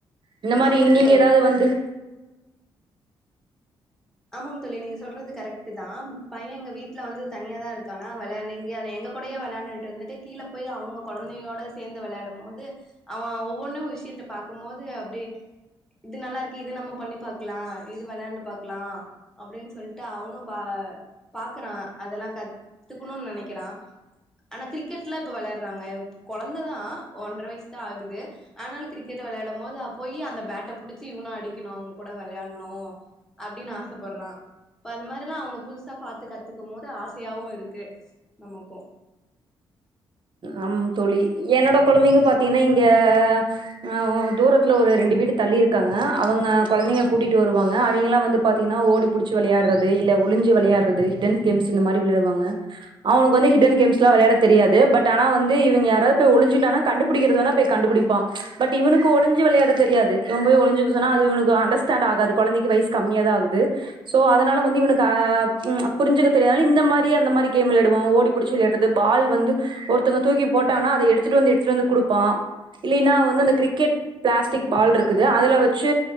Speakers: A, on the right; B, in the centre.
A: இந்த மாரி
B: ஆமாங்க
A: நீங்க
B: தோழி
A: எதாவ்து வந்து
B: ஆமாங்க தோழி நீங்க சொல்றது கரெக்ட் தா பைய எங்க வீட்ல வந்து தனியா தா இருக்கானா வெளையாண்டங்க எங்க கொடையா வெளாண்டுட்டு இருந்துட்டு கீழ போயி அவுங்க கொழந்தையோட சேந்து வெளையாடும் போது அவ ஒவ்வொன்னு விஷயத்த பாக்குபோது அப்டியே இது நல்லா இருக்கு இது நம்ம பண்ணி பாக்லா இது வெளையாண்டு பாக் க்லா அப்டின் சொல்ட்டு அவனு பா பாக்குறா அதெல்லா கத் கத்துக்குணுன்னு நெனைக்கிறா ஆனா கிரிக்கெட்லா இப்ப வெளையாட்றாங்க கொழந்ததா ஒன்ற வயசு தா ஆகுது ஆனாலு கிரிக்கெட்ட வெளையாடும் போது போய் அந்த பேட்டை புடிச்சு இவனு அடிக்கணு அவுங்க கூட வெளையாட்ணு அப்டின்னு ஆசைப்படுறா இப்ப அந்த மாரில்லா அவுங்க புதுசா பாத்து கத்துக்கம் போது ஆசையாவு இருக்கு நமக்கூ
A: ஆமா தோழி என்னோட கொழந்தைங்க பாத்தீங்கன்னா இங்க ஆ தூரத்துல ஒரு ரெண்டு வீடு தள்ளி இருக்காங்க அவங்க கொழந்தைங்க கூட்டிட்டு வருவாங்க அவிங்கல்லா வந்து பாத்தீங்னா ஓடி புடிச்சி வெளையாட்றது இல்ல ஒழிஞ்சு வெளையாட்றது ஹிட்டன் கேம்ஸ் இந்த மாரி வெளையாடுவாங்க அவுனுக்கு வந்து ஹிட்டன் கேம்ஸ்லா வெளையாட தெரியாது பட் பட் ஆனா வந்து இவிங்க யாராவ்து ஒழிஞ்சிட்டானா கண்டுபுடிக்கிறது வேணா போய் கண்டுபுடிப்பா பட் இவனுக்கு ஒழிஞ்சி வெளையாட தெரியாது இவ போய் ஒழஞ்சுக்க சொன்னா அது இவனுக்கு அண்டர்ஸ்டேன்ட் ஆகாது கொழந்தைக்கு வயஸ் கம்மியாதா ஆகுது சோ அதனால வந்து இவனுக்கு அ ம் புரிஞ்சுக்க தெரியாது அதனால இந்த மாரி அந்த மாரி கேம் விளையாடுவா ஓடிபுடிச்சி விளையாட து பால் வந்து ஒருத்தங்க தூக்கி போட்டாங்கன்னா அத எடுத்துட்டு வந்து எடுத்துட்டு வந்து குடுப்பா இல்லைனா வந்து அந்த கிரிக்கெட் பிளாஸ்டிக் பால் இருக்குது அதுல வச்சு